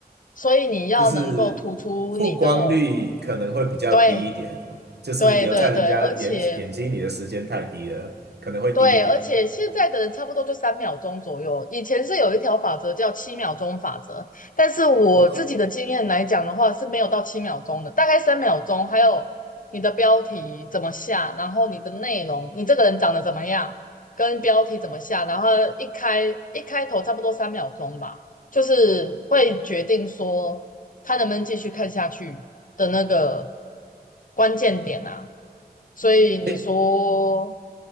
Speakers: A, on the left; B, on the right.
A: 所以你要能够突出你的，
B: 就是曝光率可能会比较低一点哦，
A: 对
B: 就是留在人家眼眼睛里的时间太低了，
A: 对对对，而且
B: 可能会低一点。
A: 对，而且现在的人差不多就三秒钟左右，以前是有一条法则叫七秒钟法则，但是我自己的经验来讲的话是没有到七秒钟的，
B: 哦，
A: 大概三秒钟，还有你的标题怎么下，然后你的内容，你这个人长得怎么样，跟标题怎么下，然后一开一开头差不多三秒钟吧，就是会决定说他能不能继续看下去的那个关键点啊。所以你说
B: 哎，